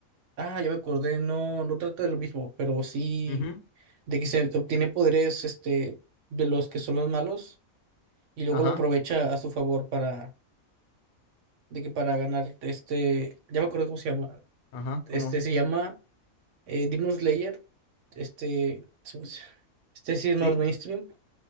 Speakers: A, on the right; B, on the left.
A: ah, ya me acordé, no, no trata de lo mismo, pero sí
B: Ujú,
A: de que se obtiene poderes, este, de los que son los malos y luego
B: Ajá,
A: lo aprovecha a su favor para, de que para ganar, este, ya me acuerdo cómo se llama,
B: ajá,
A: este,
B: ¿cómo?
A: se llama eh, Demon Slayer, este, se- este sí es
B: Sí,
A: más mainstream,